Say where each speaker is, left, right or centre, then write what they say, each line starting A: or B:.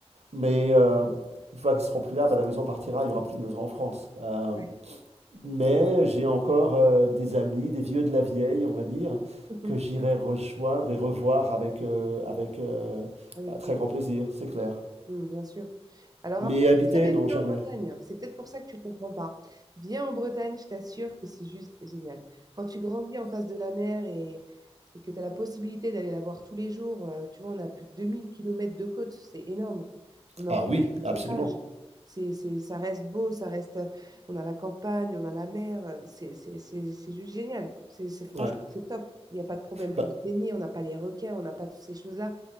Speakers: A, on the right; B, on the right.
A: Mais euh, une fois qu'ils seront plus là, bah, la maison partira, il n'y aura plus de maison en France. Euh,
B: Ouais.
A: mais j'ai encore euh, des amis, des vieux de la vieille, on va dire,
B: <laughs>
A: que j'irai rejoindre et revoir avec, euh, avec euh,
B: Avec
A: un très
B: plaisir.
A: grand plaisir, c'est clair.
B: Hmm, bien sûr. Alors
A: Mais
B: après,
A: habiter,
B: jamais venu
A: non, jamais.
B: en Bretagne. C'est peut-être pour ça que tu comprends pas. Viens en Bretagne, je t'assure que c'est juste génial. Quand tu grandis en face de la mer et, et que tu as la possibilité d'aller la voir tous les jours, euh, tu vois, on a plus de 2000 kilomètres de côte, c'est énorme. On a
A: Ah
B: encore
A: oui,
B: des côtes
A: absolument.
B: sauvages. C'est, c'est, ça reste beau, ça reste. euh, On a la campagne, on a la mer. euh, C'est, c'est, c'est, c'est juste génial. C'est, c'est- franchement,
A: Ouais.
B: c'est top. Il n'y a pas de problème pour
A: Bah,
B: se baigner. On n'a pas les requins, on n'a pas toutes ces choses-là.